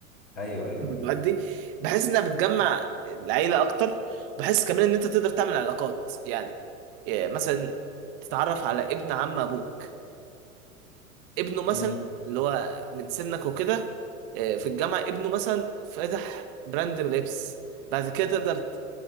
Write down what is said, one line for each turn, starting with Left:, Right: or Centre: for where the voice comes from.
Left: ايوه ايوه
Right: المجموعات
Left: ايوه
Right: دي بحس انها بتجمع العيله اكتر وبحس كمان ان انت تقدر تعمل علاقات يعني إيه، مثلا تتعرف على ابن عم ابوك ابنه مثلا
Left: امم
Right: اللي هو من سنك وكده آه، في الجامعة ابنه مثلا فاتح براند لبس بعد كده تقدر ت-